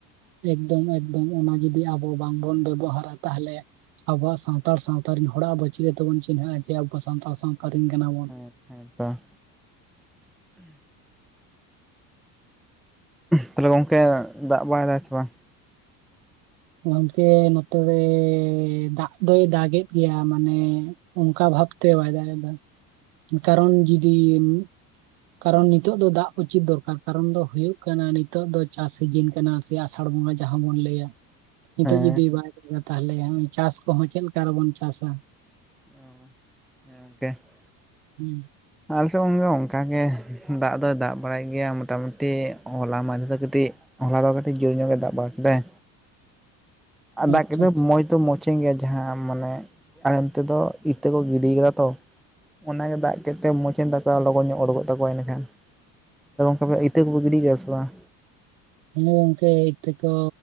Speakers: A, on the right (about 70°); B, in the centre.
A: ᱮᱠᱫᱚᱢ ᱮᱠᱫᱚᱢ ᱚᱱᱟ ᱡᱩᱫᱤ ᱟᱵᱚ ᱵᱟᱝᱵᱚᱱ ᱵᱮᱵᱚᱦᱟᱨᱟ ᱛᱟᱦᱚᱞᱮ ᱟᱵᱚᱣᱟᱜ ᱥᱟᱱᱛᱟᱲ ᱥᱟᱣᱛᱟ ᱨᱮᱱ ᱦᱚᱲᱟᱜ ᱟᱵᱚ ᱪᱤᱠᱟᱹ ᱛᱮᱵᱚᱱ ᱪᱤᱱᱦᱟᱹᱜᱼᱟ ᱡᱮ ᱟᱵᱚ ᱥᱟᱱᱛᱟᱲ ᱥᱟᱣᱛᱟ ᱨᱮᱱ ᱠᱟᱱᱟ ᱵᱚᱱ।
B: ᱦᱮᱸ ᱛᱚ। ᱛᱟᱞᱦᱮ ᱜᱚᱝᱠᱮ ᱫᱟᱜ ᱵᱟᱲᱟᱭ ᱫᱟᱭ ᱥᱮ ᱵᱟᱝ?
A: ᱜᱚᱝᱠᱮ ᱱᱚᱛᱮᱨᱮ ᱫᱟᱜ ᱫᱚᱭ ᱫᱟᱜ ᱮᱫ ᱜᱮᱭᱟ ᱢᱟᱱᱮ ᱚᱱᱠᱟ ᱵᱷᱟᱵᱛᱮ ᱵᱟᱭ ᱫᱟᱜ ᱮᱫᱟ᱾ ᱠᱟᱨᱚᱱ ᱡᱩᱫᱤᱢ
B: <inaudible>
A: ᱠᱟᱨᱚᱱ ᱱᱤᱛᱚᱜ ᱫᱚ ᱫᱟᱜ ᱩᱪᱤᱛ ᱫᱚᱨᱠᱟᱨ᱾ ᱠᱟᱨᱚᱱ ᱫᱚ ᱦᱩᱭᱩᱜ ᱠᱟᱱᱟ ᱱᱤᱛᱚᱜ ᱫᱚ ᱪᱟᱥ ᱥᱤᱡᱤᱱ ᱠᱟᱱᱟ ᱥᱮ। ᱟᱥᱟᱲ ᱵᱚᱸᱜᱟ ᱡᱟᱸᱦᱟ ᱵᱚᱱ ᱞᱟᱹᱭᱟ। ᱱᱤᱛᱚᱜ
B: ᱦᱮᱸ
A: ᱡᱩᱫᱤ ᱵᱟᱭ ᱫᱟᱜᱟ ᱛᱟᱦᱚᱞᱮ ᱪᱟᱥ ᱠᱚᱦᱚᱸ ᱪᱮᱫ ᱞᱮᱠᱟ ᱨᱮᱵᱚᱱ ᱪᱟᱥᱟ?
B: <inaudible>
A: ᱦᱮᱸ।
B: ᱟᱞᱮ ᱥᱮᱫ ᱜᱚᱝᱠᱮ ᱚᱱᱠᱟ ᱜᱮ। ᱫᱟᱜ ᱫᱚᱭ ᱫᱟᱜ ᱵᱟᱲᱟᱭᱮᱫ ᱜᱮᱭᱟ ᱢᱚᱴᱟ ᱢᱩᱴᱤ ᱦᱚᱞᱟ ᱢᱟᱦᱫᱮᱨ ᱫᱚ ᱠᱟᱹᱴᱤᱡ ᱦᱚᱞᱟ ᱫᱚ ᱠᱟᱹᱴᱤᱡ ᱡᱳᱨ ᱧᱚᱜ ᱜᱮ ᱫᱟᱜ ᱵᱟᱲᱟ ᱡᱮᱫᱟᱭ,
A: ᱟᱪᱪᱷᱟ
B: ᱫᱟᱜ ᱠᱮᱫᱟᱭ
A: ᱟᱪᱪᱷᱟ
B: ᱢᱚᱸᱡᱽ ᱛᱚ ᱢᱚᱡᱽ ᱮᱱ ᱜᱮᱭᱟ ᱡᱟᱸᱦᱟ ᱢᱟᱱᱮ ᱟᱞᱮ ᱚᱱᱛᱮᱫᱚ ᱤᱛᱟᱹ ᱠᱚ ᱜᱤᱰᱤᱭ ᱟᱠᱟᱫᱟ ᱛᱚ। ᱚᱱᱟᱜᱮ ᱫᱟᱜ ᱠᱮᱫ ᱛᱮ ᱢᱚᱪᱮᱱ ᱛᱟᱠᱚᱣᱟ ᱞᱚᱜᱚᱱ ᱧᱚᱜ ᱚᱰᱠᱚᱜ ᱛᱟᱠᱚᱣᱟ ᱤᱱᱟᱹᱠᱷᱟᱱ᱾ ᱛᱚ ᱜᱚᱝᱠᱮ ᱯᱮ ᱤᱛᱟᱹ ᱠᱚᱯᱮ ᱜᱤᱰᱤ ᱠᱮᱜᱼᱟ ᱥᱮ ᱵᱟᱝ?
A: ᱦᱮᱸ ᱜᱚᱝᱠᱮ ᱤᱛᱹᱟ ᱠᱚ